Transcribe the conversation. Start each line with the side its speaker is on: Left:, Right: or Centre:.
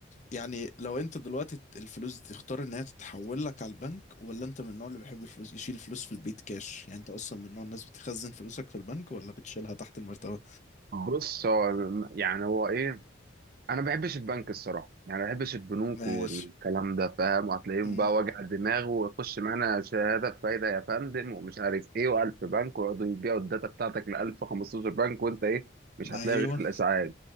Left: يعني لو انت دلوقتي الفلوس دي تختار ان هي تتحول لك على البنك ولا انت من النوع اللي بيحب الفلوس يشيل الفلوس في البيت كاش يعني انت اصلا من نوع الناس بتخزن فلوسك في البنك ولا بتشيلها تحت المرتبة
Right: بص هو يعني هو إيه انا ما بحبش البنك الصراحه يعني ما بحبش البنوك
Left: ماشي
Right: والكلام ده فاهم وهتلاقيهم
Left: امم
Right: بقى وجع دماغ ويخش معانا شهاده بفايده يا فندم ومش عارف ايه و1000 بنك ويقعدوا يبيعوا الداتا بتاعتك ل 1000 15 بنك وانت ايه مش هتلاقي
Left: ايوه
Right: غير الازعاج